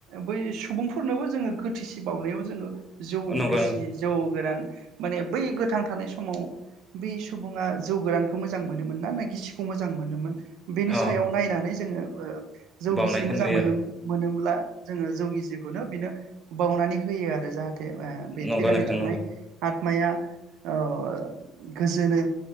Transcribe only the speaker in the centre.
नंगौ
नंगौ
अ
बावनायखौ
नुयो
आरो
नंगौ
नोंथां
नंगौ